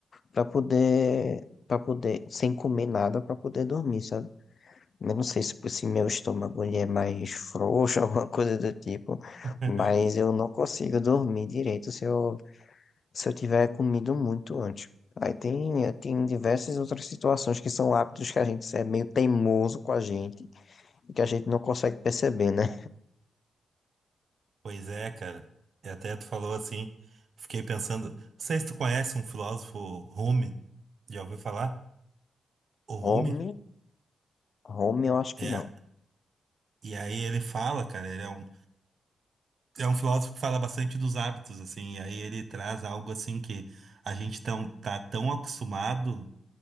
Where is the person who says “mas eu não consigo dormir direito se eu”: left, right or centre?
Left